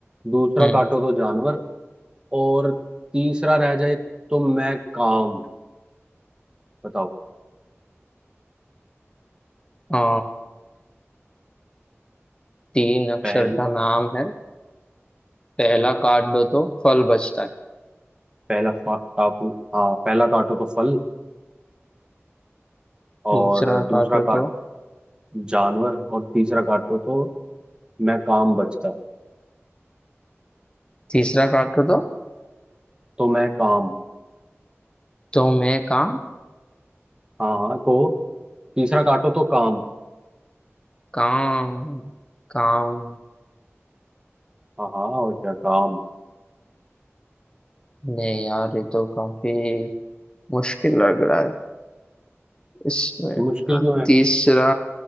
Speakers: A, on the right (about 20°); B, on the left (about 20°).
A: दूसरा
B: हम्म
A: काटो तो जानवर और तीसरा रह जाए तो मैं काम बताओ
B: आ, तीन अक्षर
A: पहल
B: का नाम है पहला काट दो तो फल बचता है
A: पहला फा, काप, हाँ पहला काटो तो फल और
B: दूसरा
A: दूसरा
B: काटो
A: काट
B: तो
A: जानवर और तीसरा काटो तो मैं काम बचता
B: तीसरा काटो तो
A: तो मैं काम
B: तो मैं काम
A: हाँ हाँ तो तीसरा काटो तो काम
B: काम काम
A: हाँ हाँ और क्या काम
B: नहीं यार ये तो काफी मुश्किल लग रहा है इसमें
A: मुश्किल क्यों है
B: तीसरा